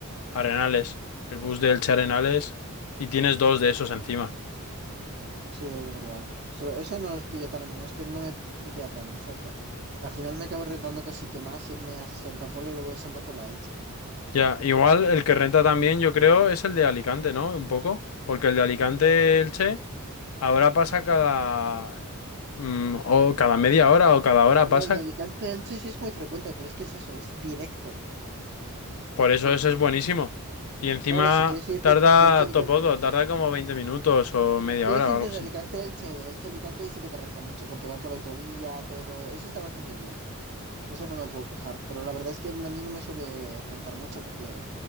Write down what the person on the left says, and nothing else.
Arenales, el bus de Elche Arenales, y tienes dos de esos encima.
Ya, igual el que renta también, yo creo, es el de Alicante, ¿no? Un poco. Porque el de Alicante Elche ahora pasa cada. mm, o cada media hora o cada hora
pasa
Por
eso eso es buenísimo. Y encima
tarda
todo poco, tarda como 20 minutos o media
hora
o algo así.